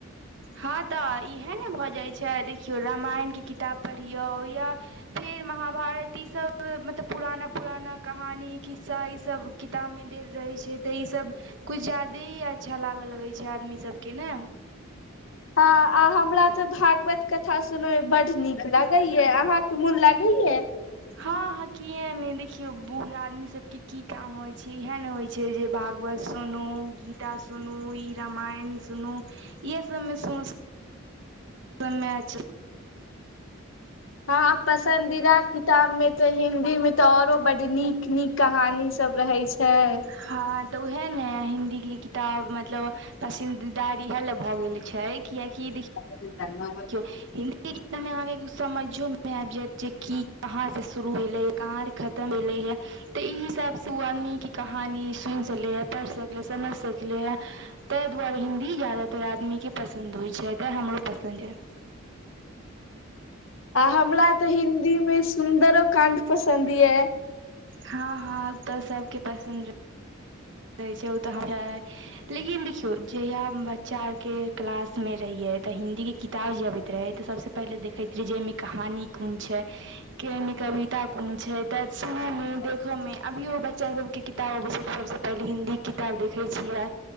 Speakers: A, on the right; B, on the left.
A: हां तऽ इहै ने भऽ जाइ छै देखियौ रामायणके किताब पढ़ियौ या फेर महाभारत ईसब मतलब पुराना पुराना कहानी खिस्सा ईसब किताबमे देल रहै छै तऽ ई सब कुछ ज्यादे ही अच्छा लागऽ लगै छै आदमी सबके ने।
B: हँ आ हमरा तऽ भागवत कथा सुनैमे बड नीक लागैयै अहाँके मोन लागैयै?
A: हँ हँ कियै नै देखियौ बूढ़ आदमी सब के की काम होय छै इहै ने होय छै जे भागवत सुनू गीता सुनू ई रामायण सुनू इहे सबमे सुन <unintelligible> समय चलि
B: हँ आ पसंदीदा किताब में त हिन्दी में त औरो बड नीक नीक कहानी सब रहै छ छै
A: हँ तऽ उहै ने हिन्दी के किताब मतलब पसन्दीदार इहै लै भए गेल छै किआकि देखि
B: <unintelligible>
A: देखियौ हिन्दी के किताब मे अहाँके कुछ समैझो मे आबि जैत जे की कहाँ से शुरू भेलै कहाँ खतम भेलै है तऽ ई हिसाबस ऊ आदमीके कहानी सुनि सकलै है पढ़ि सकलै समझि सकलैहै। तैं दुआरे हिन्दी ज्यादातर आदमीके पसन्द होइ छै आ तैँ हमरो पसन्द यै।
B: आ हमरा तऽ हिन्दी मे सुन्दरो काण्ड पसन्द यै।
A: हँ हँ ऊ तऽ सबके पसन्द रहै रहैछै उ तऽ लेकिन देखियै जहिया बच्चा आर के क्लास में रहियै तऽ हिन्दीके किताब जे अबैत रहै तऽ सबसे पहिले देखैत रही जे एइमे कहानी कोन छै कि एइमे कविता कोन छै त सु
B: <unintelligible>
A: देखोमे अभियो बच्चा सबके किताब अबै छै तऽ सबस पहिले हिन्दीक किताब देखै छियै